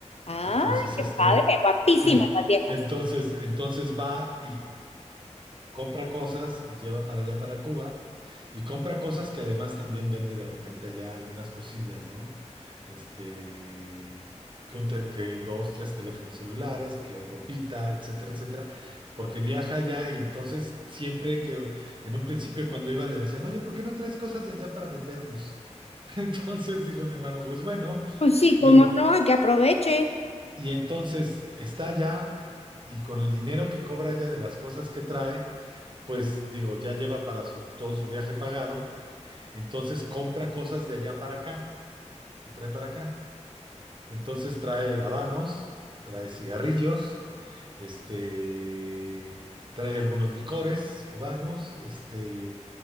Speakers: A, on the left (about 60°); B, on the right (about 40°).
A: Ah,
B: Entonces,
A: qué
B: este,
A: padre, guapísimas
B: <laughs>
A: las viejas.
B: entonces, entonces va y compra cosas y lleva para allá, para Cuba, y compra cosas que además también vende de repente allá algunas cosillas, ¿no? Este, que, un tel- que dos, tres teléfonos celulares, que ropita, etcétera, etcétera, porque viaja allá y entonces siempre que en un principio cuando iba le decían, oye, ¿por qué no traes cosas de allá para vendernos? <laughs> Entonces dijo mi hermano, pues bueno,
A: Pues sí, como
B: y, en-
A: no, que aproveche.
B: y entonces está allá y con el dinero que cobra allá de las cosas que trae, pues digo, ya lleva para su, todo su viaje pagado, entonces compra cosas de allá para acá y trae para acá. Entonces trae habanos, trae cigarrillos, este, trae algunos licores cubanos, este,